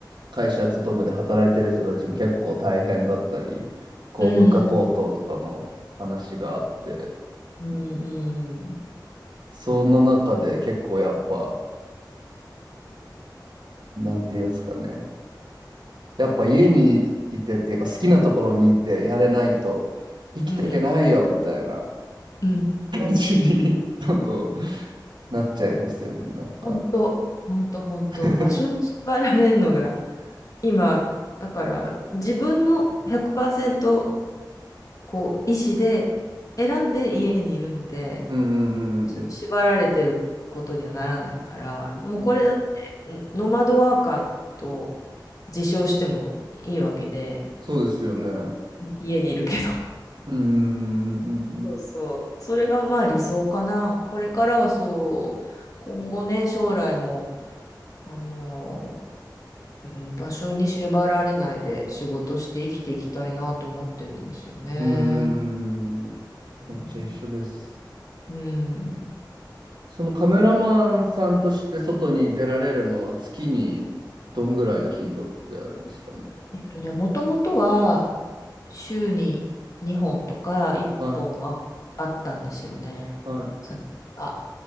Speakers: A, on the right (about 75°); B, on the left (about 50°).
A: 会社勤めで働いてる人たちも結構大変だったり、こう、
B: うん、
A: 物価高騰とかの話があって、
B: うん、うん、うん、
A: その中で結構やっぱ、なんていうんですかね、やっぱ家にいてっていうか好きなところにいてやれないと生きていけないよみたいな。
B: うん。うん
A: 感じにどんどんなっちゃいますよね、なんか。
B: 本当、本当、本当、
A: <laughs>
B: 場所に縛られるのが、今、だから、自分の100%、こう、意思で選んで家にいるので、
A: うんうんうんうん
B: 人に縛られてることにはならないから、
A: うん。
B: もうこれだって、んノマドワーカーと自称してもいいわけで、
A: そうですよね。うん
B: うん家にいるけど。
A: うんうん
B: そうそう。それがまあ理想かな。これからはそう、今後ね、将来も、あのうん場所に縛られないで仕事して生きていきたいなと思ってるんですよね。
A: うん。うーん。
B: うん。
A: めっちゃ一緒です。
B: うん
A: そのカメラマンさんとして外に出られるのは月にどんぐらいの頻度であるんですかね。
B: えっとね、もともとは週に2本とか1本はあったんですよね。
A: はい。はい。
B: さあ、